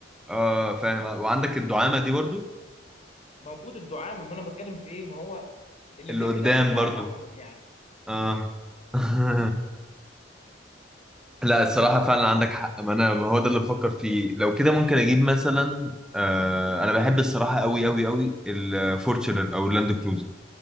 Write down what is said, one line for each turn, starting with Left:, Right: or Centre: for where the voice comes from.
Centre: اه فاهم وعندك الدعامه دي برضو
Left: موجود الدعامه ما انا بتكلم في ايه ما هو اللي
Centre: اللي
Left: مجمد
Centre: قدام
Left: قلبي الدعامه
Centre: برضو
Left: عموما يعني
Centre: اه <laughs> لا الصراحه فعلا عندك حق ما انا ما هو ده اللي بفكر فيه لو كده ممكن اجيب مثلا آه انا بحب الصراحه قوي قوي قوي الفورتشنر او اللاند كروزر